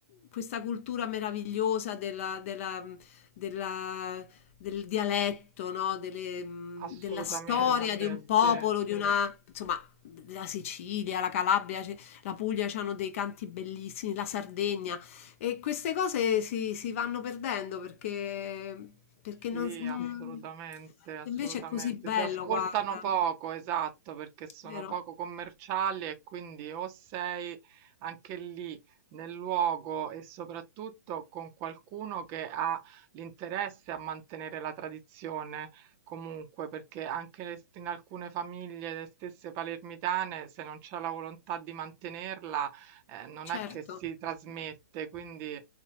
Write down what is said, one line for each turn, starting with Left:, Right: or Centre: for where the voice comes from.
Left: questa cultura meravigliosa della, della- della, del dialetto, no? Delle, mh,
Right: assolutamente,
Left: della storia di un popolo,
Right: sì.
Left: di una, insomma, la Sicilia, la Calabria, ce- la Puglia hanno dei canti bellissimi, la Sardegna e queste cose si, si vanno perdendo perché, perché
Right: Sì,
Left: non, non-
Right: assolutamente, assolutamente.
Left: invece è così bello,
Right: Si ascoltano
Left: guarda,
Right: poco, esatto, perché sono
Left: vero?
Right: poco commerciali e quindi o sei anche lì nel luogo e soprattutto con qualcuno che ha l'interesse a mantenere la tradizione. Comunque, perché anche le- in alcune famiglie, le stesse palermitane, se non c'è la volontà di mantenerla, eh, non è
Left: Certo.
Right: che si trasmette, quindi